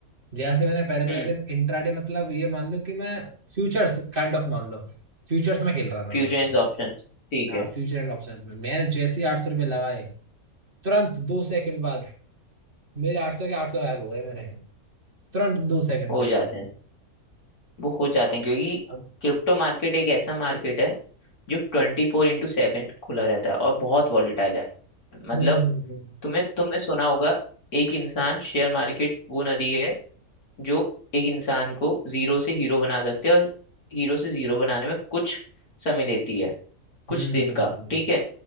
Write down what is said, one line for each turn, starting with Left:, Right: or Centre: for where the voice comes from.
Right: जैसे मैंने पहले पहले
Left: हम्म
Right: दिन इंट्राडे मतलब ये मान लो कि मैं फ्यूचर्स काइंड ऑफ मान लो फ्यूचर्स में खेल रहा था
Left: फ्यूचर
Right: मैं उस
Left: एंड
Right: टाइम
Left: ऑप्शन ठीक
Right: हाँ
Left: है
Right: फ्यूचर एंड ऑप्शन में मैंने जैसे ही आठ सौ रुपये लगाए तुरंत दो सेकंड बाद मेरे आठ सौ के आठ सौ गायब हो गए मेरे तुरंत दो सेकंड
Left: हो
Right: के अंदर
Left: जाते हैं वो हो जाते हैं क्योंकि
Right: अब
Left: क्रिप्टो मार्केट एक ऐसा मार्केट है जो ट्वेंटी फोर इंटू सेवन खुला रहता है और बहुत वॉलीटाइल है मतलब
Right: हम्म हम्म
Left: तुम्हें तुमने सुना होगा एक इंसान शेयर मार्केट वो नदी है जो एक इंसान को जीरो से हीरो बना सकती है और हीरो से जीरो बनाने में कुछ समय लेती है कुछ
Right: हम्म
Left: दिन
Right: हम्म, हम्म,
Left: का
Right: हम्म, हम्म।
Left: ठीक है